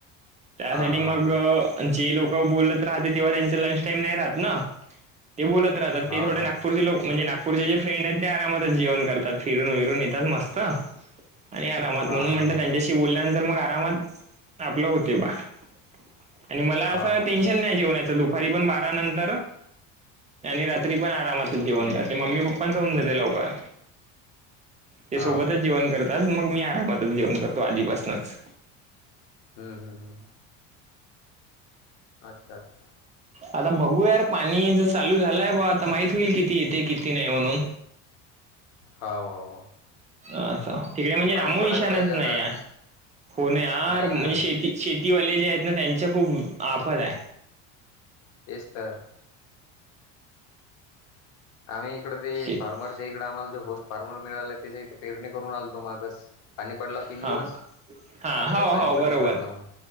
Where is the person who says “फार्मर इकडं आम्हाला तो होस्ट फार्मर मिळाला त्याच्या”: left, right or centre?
Left